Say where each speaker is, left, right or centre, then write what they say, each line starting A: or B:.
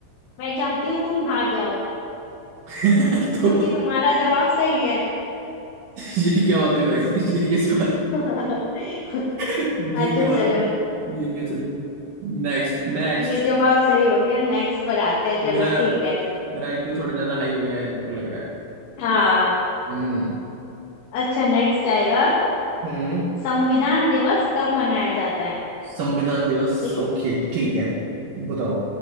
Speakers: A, on the left; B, on the right.
A: मैं चाहती हूँ तुम हार जाओ
B: <laughs> तो
A: क्योंकि तुम्हारा जवाब सही है
B: ये क्या बात हुई भाई ये कैसी बात है
A: <laughs>
B: ये
A: अच्छा
B: क्या बात
A: चलो
B: है ये क्या चलो Next next
A: ये जवाब सही हो गया नेक्स्ट पर आते हैं चलो
B: मेरा
A: ठीक है
B: मेरा आईक्यू थोड़ा ज्यादा हाई हो गया है मेरे को लग रहा है
A: हाँ
B: हम्म
A: अच्छा नेक्स्ट आएगा
B: हम्म
A: संविधान दिवस कब मनाया जाता है
B: संविधान दिवस
A: विक,
B: ओके ठीक है बताओ